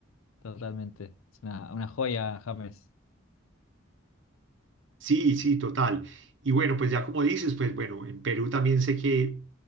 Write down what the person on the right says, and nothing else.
Sí, sí, total. Y bueno, pues ya como dices, pues bueno, en Perú también sé que,